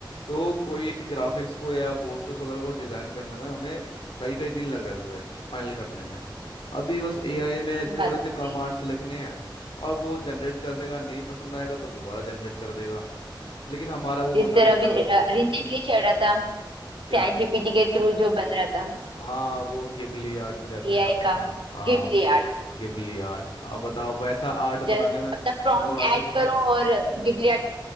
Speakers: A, on the left; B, on the right.
A: तो कोई एक ग्राफिक्स को या पोस्टर्स वगैरह को डिज़ाइन करने में हमें कई कई दिन लग जाते थे फाइनल करने में अभी बस एआई में
B: बात
A: थोड़े
B: तो
A: से कमांड्स
B: सही
A: लिखने हैं और वो जनरेट कर देगा नहीं पसंद आएगा तो दोबारा जनरेट कर देगा लेकिन हमारा वो
B: जिस
A: होता
B: तरह
A: नहीं
B: अभी
A: था
B: रिसेंटली चल रहा था
A: क्या
B: चैट जीपीटी के थ्रू जो बन रहा था
A: हाँ वो गिबली आर्ट कुछ ऐसा ही
B: एआई
A: नाम था
B: का
A: ना हाँ
B: गिबली आर्ट
A: गिबली आर्ट अब बताओ वैसा आर्ट बनाने
B: जस्ट
A: में
B: अपना प्रॉम्प्ट
A: जो आर्टिस्ट
B: ऐड करो
A: था
B: और
A: हम्म
B: गिबली आर्ट